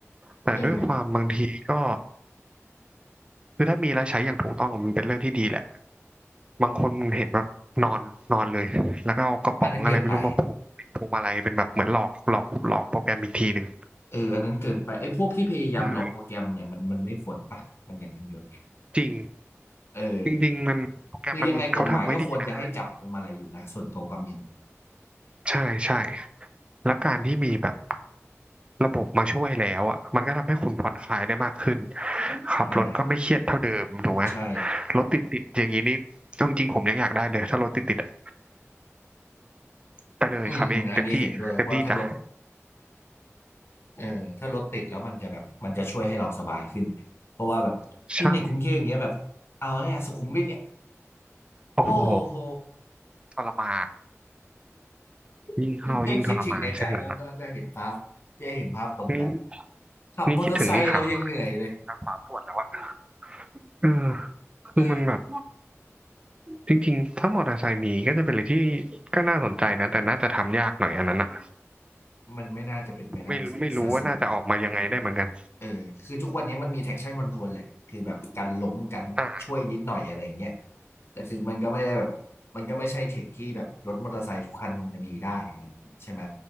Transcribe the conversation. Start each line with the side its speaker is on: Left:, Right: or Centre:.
Right: แต่ด้วยความบางทีก็
Left: เออ
Right: คือถ้ามีแล้วใช้อย่างถูกต้องมันเป็นเรื่องที่ดีแหละบางคนเห็นแบบนอนนอนเลยแล้วก็เอากระป๋องอะไรไม่รู้มาผูกพวงมาลัยเป็นแบบเหมือนหลอกหลอกหลอกโปรแกรมอีกทีหนึ่ง
Left: อันนั้นเกินไปเอออันนั้นเกินไปไอ้พวกที่พยายามหลอกโปรแกรมเนี่ยมันมันไม่ควรปะมันอย่างนั้นอยู่
Right: อืมจริง
Left: เออ
Right: จริงๆมันโปรแกรมมันเขาทำไว้ดีนะ
Left: คือยังไงกฎหมายก็ควรจะให้จับพวงมาลัยอยู่นะส่วนตัวความเห็น
Right: ใช่ใช่แล้วการที่มีแบบระบบมาช่วยแล้วอ่ะมันก็ทำให้คุณผ่อนคลายได้มากขึ้นขับรถก็ไม่เครียดเท่าเดิมถูกไหม
Left: ใช่ใช่
Right: รถติดติดอย่างนี้นี่เอาจริงๆผมยังอยากได้เลยถ้ารถติดติดอ่ะ ไปเลยครับเองเต็มที่เต็มที่จ้ะ
Left: อืมอืมอันนี้เห็นด้วยเพราะถ้าลด เออถ้ารถติดแล้วมันจะแบบมันจะช่วยให้เราสบายขึ้นเพราะว่าแบบยิ่งในกรุงเทพอย่างเงี้ยแบบเอาเนี่ยสุขุมวิทเนี่ย
Right: ช่างโอ้โห
Left: โอ้โห
Right: ทรมานยิ่งเข้ายิ่งทรมานเช่นนั้นน่ะ
Left: <laughs> แค่คิดถึงในใจก็ก็ก็เห็นภาพแค่เห็นภาพตรงกัน
Right: นี่
Left: ขับมอเตอร์ไซค์เรายังเหนื่อยเลย
Right: นี่คิดถึงนี่ขาขวาขาขวาปวดแล้วอะเออคือมันแบบ
Left: เออ
Right: จริงๆถ้ามอเตอร์ไซค์มีก็จะเป็นอะไรที่ก็น่าสนใจนะแต่น่าจะทำยากหน่อยอันนั้นอะ
Left: มันไม่น่าจะเป็นไปได้ซะสูง
Right: ไม่ไม่รู้ว่าน่าจะออกมายังไงได้เหมือนกัน
Left: เออคือทุกวันนี้มันมี traction control แหละคือแบบกันล้มกันช่วยนิดหน่อยอะไรอย่างเงี้ย
Right: อ่า
Left: แต่คือมันก็ไม่ได้แบบมันก็ไม่ใช่เทคที่แบบรถมอเตอร์ไซค์ทุกคันมันจะมีได้อะไรอย่างเงี้ยใช่ไหม